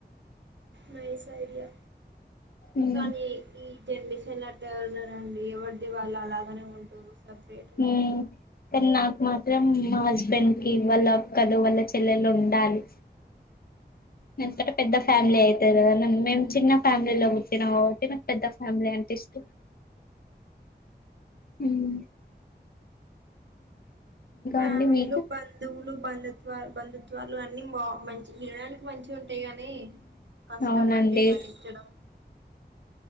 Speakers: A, on the right (about 85°); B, on the left (about 55°).
A: నైస్ఐడియా
B: ఉమ్
A: కానీ ఈ జనరేషన్ ల అ ట్ట ఎవరు ఉన్నారండి ఎవరిది వాళ్ళు అలాగనే ఉంటారు సపరేట్ గా
B: ఉమ్ కానీ నాకు మాత్రం మా హస్బెండ్ కి వాళ్ళ అక్కలు వాళ్ళ చెల్లెలు ఉండాలి నంతట
A: ఆ
B: పెద్ద ఫ్యామిలీ అయితదొ మేము చిన్న ఫ్యామిలీలో పుట్టిన కాబట్టి నాకు పెద్ద ఫ్యామిలీ అం టె ఇష్టం ఉమ్
A: ఫ్యామిలీలు
B: అండి మీకు
A: బంధువులు బంధుత్వాలు బంధుత్వాలు అన్ని బా మంచి వినడానికి మంచి గ ఉంటాయి గాని కష్టం
B: అవునండి
A: అండి భరించడం